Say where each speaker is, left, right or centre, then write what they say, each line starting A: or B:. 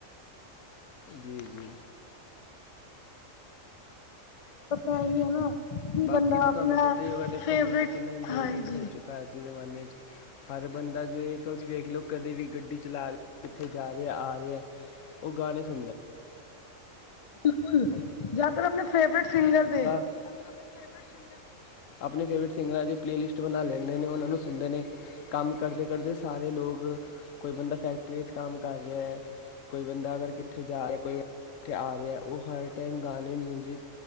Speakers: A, on the left; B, on the left.
A: ਜੀ- ਜੀ।
B: ਪਤਾ ਹੀ ਹੈ ਨਾ ਕਿ
A: ਬਾਕੀ
B: ਬੰਦਾ
A: ਤਾਂ
B: ਆਪਣਾ
A: ਤੁਹਾਨੂੰ ਪਤਾ ਹੀ ਹੋਗਾ ਦੇਖੋ
B: ਫੇਵਰਿਟ
A: ਮਿਊਜ਼ਿਕ ਕਿੰਨਾ ਇੰਪੋਰਟੈਂਟ
B: ਹਾਂਜੀ
A: ਹੋ ਚੁੱਕਾ। ਅਜ ਦੇ ਜ਼ਮਾਨੇ 'ਚ। ਹਰ ਬੰਦਾ ਜੋ ਤੁਸੀਂ ਵੇਖ ਲਓ ਕਦੇ ਵੀ ਗੱਡੀ ਚਲਾ ਰਿਹਾ, ਇੱਥੇ ਜਾ ਰਿਹਾ ਆ ਰਿਹਾ। ਉਹ ਗਾਣੇ ਸੁਣਦਾ।
B: ਬਿਲਕੁਲ।
A: ਹੈ
B: ਜਿਆਤਰ ਆਪਣੇ ਫੇਵਰੇਟ ਸਿੰਗਰ ਦੇੇ।
A: ਜਾਂ ਫਿਰ ਆਪਣੇ ਫੇਵਰੇਟ ਸਿੰ ਆਪਣੇ ਫੇਵਰੇਟ ਸਿੰਗਰਾਂ ਦੀ ਪਲੇਅਲਿਸਟ ਬਣਾ ਲੈਂਦੇ ਨੇ, ਉਹਨਾਂ ਨੂੰ ਸੁਣਦੇ ਨੇ। ਕੰਮ ਕਰਦੇ ਕਰਦੇ ਸਾਰੇ ਲੋਕ, ਕੋਈ ਬੰਦਾ ਫੈਕਟਰੀ 'ਚ ਕੰਮ ਕਰ ਰਿਹਾ ਐ। ਕੋਈ ਬੰਦਾ ਅਗਰ ਕਿੱਥੇ ਜਾ ਰਿਹਾ, ਕੋਈ ਕਿੱਥੇ ਆ ਰਿਹਾ, ਉਹ ਹਰ ਟਾਈਮ ਗਾਣੇ ਮਿਊਜ਼ਿਕ